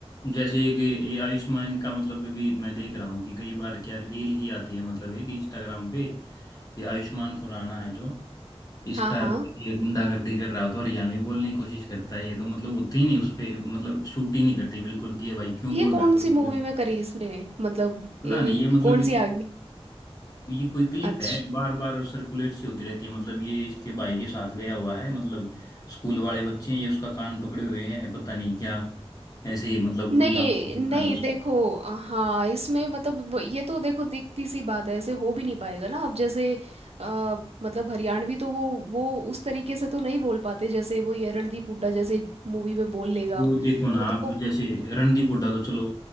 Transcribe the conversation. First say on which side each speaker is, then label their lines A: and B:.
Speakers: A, on the left (about 35°); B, on the right (about 70°).
A: जैसे एक ये आयुष्मान का मतलब अभी मैं देख रहा हूँ कि कई बार क्या रील ही आती है मतलब एक इंस्टाग्राम पे ये आयुष्मान खुराना है जो इसका
B: हाँ हाँ
A: मतलब ये गुंडागर्दी कर रहा हो तो हरियाणवी बोलने की कोशिश करता है ये तो मतलब होती ही नहीं उस पे मतलब शूट ही नहीं करती बिल्कुल कि ये भाई क्यों
B: ये
A: बोल
B: कौन
A: रहा
B: सी मूवी
A: है
B: में करी इसने मतलब
A: पता
B: ये
A: नहीं ये मतलब
B: कौन सी
A: कि
B: आ गई
A: ये कोई क्लिप
B: अच्छा।
A: है बार बार सर्कुलेट सी होती रहती है मतलब ये इसके भाई के साथ गया हुआ है मतलब स्कूल वाले बच्चे हैं, ये उसका कान पकड़े हुए हैं पता नहीं क्या ऐसे ही मतलब
B: नहीं
A: गुंडा दिखा
B: नहीं
A: रहा है उसको
B: देखो हाँ इसमें मतलब वो- ये तो देखो दिखती सी बात है ऐसे हो भी नहीं पाएगा ना अब जैसे आ, मतलब हरियाणवी तो वो वो उस तरीके से तो नहीं बोल पाते जैसे वो ये रणदीप हुड्डा जैसे मूवी में बोल लेगा
A: वो देखो ना
B: तो देखो
A: आप जैसे रणदीप हुड्डा तो चलो